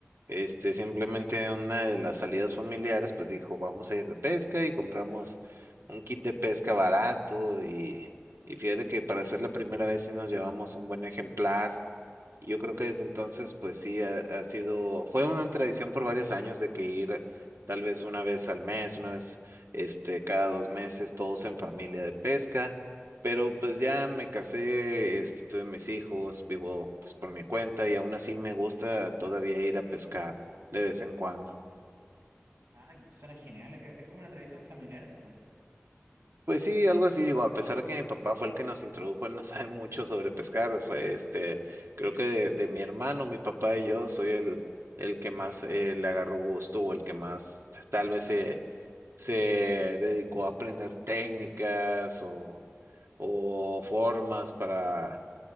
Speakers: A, on the right (about 65°); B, on the right (about 80°).
A: Este, simplemente una de las salidas familiares, pues dijo, vamos a ir de pesca y compramos un kit de pesca barato y, y fíjate que para hacer la primera vez sí nos llevamos un buen ejemplar y Yo creo que desde entonces, pues sí, ha, ha sido, fue una tradición por varios años de que ir tal vez una vez al mes, una vez, este, cada dos meses, todos en familia de pesca, pero pues ya me casé, este, tuve mis hijos, vivo pues por mi cuenta y aún así me gusta todavía ir a pescar de vez en cuando.
B: Ah, que- suena genial, es, es como una tradición familiar entonces.
A: Pues sí, algo así, digo, a pesar de que mi papá fue el que nos introdujo, él no <laughs> sabe mucho sobre pescar, fue este,
B: Ah,
A: creo que de, de mi hermano, mi papá y yo, soy el, el que más eh, le agarró gusto o el que más tal vez se, se dedicó a aprender técnicas o, o formas para